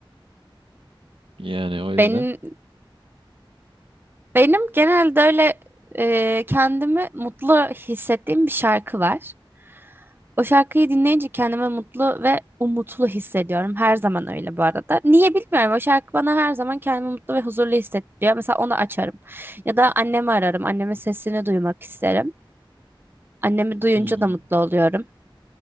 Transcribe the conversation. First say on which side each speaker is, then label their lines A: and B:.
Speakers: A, on the right (about 75°); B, on the right (about 25°).
A: Yani o
B: Benim
A: yüzden
B: Benim genelde öyle e, kendimi mutlu hissettiğim bir şarkı var. O şarkıyı dinleyince kendimi mutlu ve umutlu hissediyorum. Her zaman öyle bu arada. Niye bilmiyorum. O şarkı bana her zaman kendimi mutlu ve huzurlu hissettiriyor. Mesela onu açarım. Ya da annemi ararım. Annemin sesini duymak isterim. Annemi duyunca
A: hmm,
B: da mutlu oluyorum.